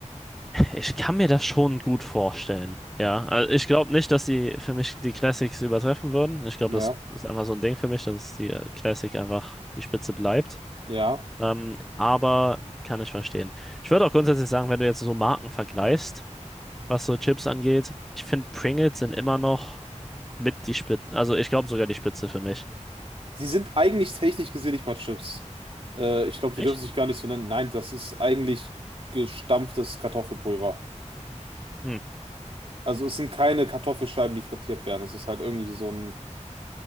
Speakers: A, in the centre; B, on the right.
A: Ich kann mir das schon gut vorstellen. Ja, also ich glaube nicht, dass die für mich die Classics übertreffen würden. Ich glaube,
B: ja,
A: das ist einfach so ein Ding für mich, dass die äh, Classic einfach die Spitze bleibt.
B: ja.
A: Ähm, aber kann ich verstehen. Ich würde auch grundsätzlich sagen, wenn du jetzt so Marken vergleichst, was so Chips angeht, ich finde Pringles sind immer noch mit die Spitze, also ich glaube sogar die Spitze für mich.
B: Sie sind eigentlich technisch gesehen nicht mal Chips. Äh, ich glaube, die
A: Echt?
B: dürfen sich gar nicht so nennen. Nein, das ist eigentlich gestampftes Kartoffelpulver.
A: Hm.
B: Also es sind keine Kartoffelscheiben, die frittiert werden. Es ist halt irgendwie so ein